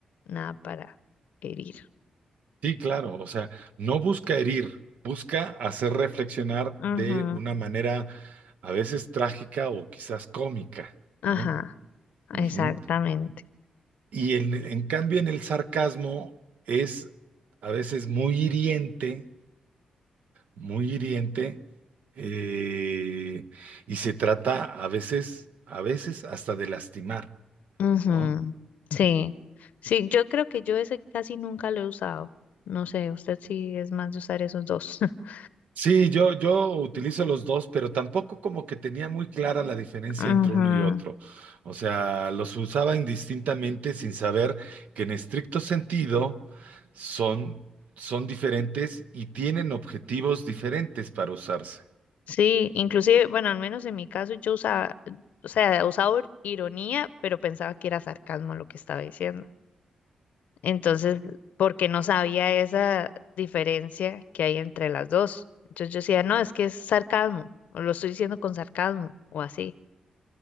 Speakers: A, on the left (about 80°); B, on the right (about 75°).
A: nada para herir.
B: Sí, claro, o sea, no busca herir, busca hacer reflexionar de
A: Ujú,
B: una manera a veces trágica o quizás cómica,
A: Ajá,
B: ¿no? Ujú.
A: exactamente.
B: Y en, en cambio en el sarcasmo es a veces muy hiriente, muy hiriente, eh, y se trata a veces, a veces hasta de lastimar,
A: Ujú,
B: ¿no?
A: Sí, sí, yo creo que yo ese casi nunca lo he usado. No sé, usted sí es más de usar esos dos. <laughs>
B: Sí, yo, yo utilizo los dos, pero tampoco como que tenía muy clara la diferencia
A: Ujú,
B: entre uno y otro. O sea, los usaba indistintamente sin saber que en estricto sentido son, son diferentes y tienen objetivos diferentes para usarse.
A: Sí, inclusive, bueno, al menos en mi caso yo usaba, o sea, usaba ir- ironía, pero pensaba que era sarcasmo lo que estaba diciendo. Entonces, porque no sabía esa diferencia que hay entre las dos. Entonces yo decía, no, es que es sarcasmo, o lo estoy diciendo con sarcasmo, o así,